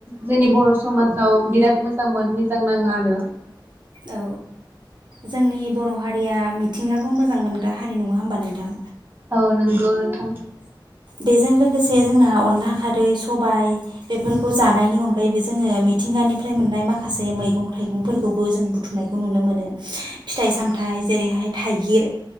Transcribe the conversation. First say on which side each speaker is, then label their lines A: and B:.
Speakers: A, on the right; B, on the right.
A: जोंनि बर' सु समाजाव बिराद मोजांमोन मिजां नाङो आरो
B: औ जोंनि बर' हारिया मिथ मिथिंगाखौ मोजां मोनग्रा हारि नङा होमबा नोंथां
A: औ नंगौ नोंथां
B: बेजों लोगोसे जोंना अनला खारै सबाइ बेफोरखौ जानायनि अनगायैबो जोङो मिथिंगानिफ्राय मोननाय माखासे मैगं थाइगंफोरखौ खौबो जों बुथुमनायखौ नुनो मोनो फिथाइ सामथाइ जेरैहाय थाइगिर